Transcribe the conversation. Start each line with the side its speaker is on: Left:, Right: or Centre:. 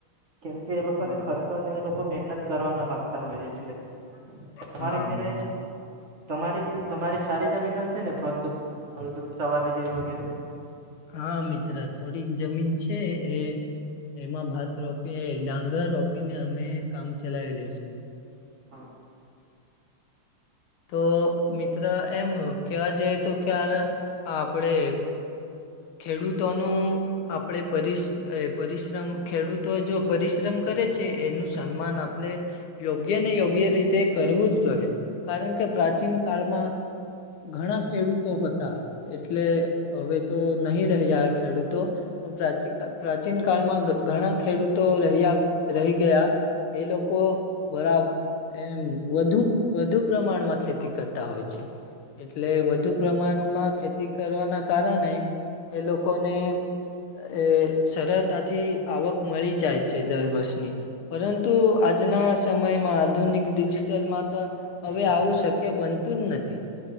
Right: કેમ કે એ લોકોને
Left: હા
Right: ખર્ચો ને એ લોકો મહેનત કરવા ના મામાંગતા હોય એટલે. તમારે
Left: હા
Right: ઘરે
Left: મિત્ર.
Right: તમારી તમારી સારી જમીન હશે ને ફળદ્રપ ફળદ્રુપતા વાલી જે વગેરે.
Left: હા મિત્ર થોડીક જમીન છે એ એમાં ભાત રોપી ડાંગર રોપી ને અમે કામ ચલાવેલી છું.
Right: હા.
Left: તો મિત્ર એમ કવા જઈએ તો ક્યારે આપડે ખેડૂતોનું આપણે પરિશ્રમ ખેડૂતો જો પરિશ્રમ કરે છે એનું સન્માન આપણે યોગ્ય ને યોગ્ય રીતે કરવું જ જોઈએ કારણ કે પ્રાચીન કાળમાં ઘણા ખેડૂતો હતા એટલે હવે તો નહી રહ્યા ખેડૂતો. પ્રાચીન પ્રાચીન કાળમાં ઘણા ખેડૂતો રહ્યા રહી ગયા. એ લોકો બરા એમ વધુ વધુ પ્રમાણમાં ખેતી કરતા હોય છે. એટલે વધુ પ્રમાણમાં ખેતી કરવાના કારણે એ લોકોને એ સરળતાથી આવક મળી જાય છે દર વર્ષની. પરંતુ આજના સમયમાં આધુનિક ડિજિટલમાં તો હવે આવું શક્ય બનતું જ નથી.